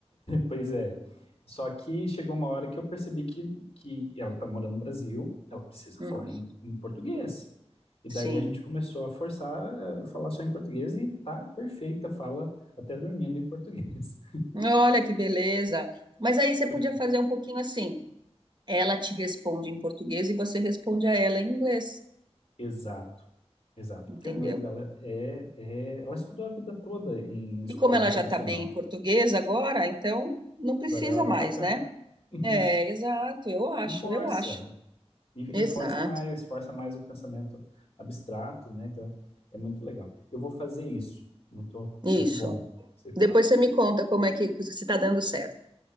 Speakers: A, on the left; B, on the right.
A: Pois é. Só que chegou uma hora que eu percebi que, que ela tá morando no Brasil, ela precisa
B: Uhum,
A: falar em, em português. E daí
B: Sim.
A: a gente começou a forçar a falar só em português e tá perfeita, fala até dormindo em português.
B: Olha que beleza. Mas aí você
A: <laughs> Por-
B: podia fazer um pouquinho assim. Ela te responde em português e você responde a ela em inglês,
A: Exato, exato.
B: entendeu?
A: Porque o inglês dela é, é. Ela estudou a vida toda em escola
B: E como ela
A: internacional.
B: já está bem em português agora, então não precisa
A: Agora é hora
B: mais,
A: de trocar.
B: né?
A: <laughs>
B: É, exato, eu acho,
A: E força.
B: eu acho.
A: E,
B: Exato.
A: e força mais, força mais o pensamento abstrato, né? Então é muito legal. Eu vou fazer isso. Muito,
B: Isso.
A: muito bom esse papo.
B: Depois você me conta como é que se está dando certo.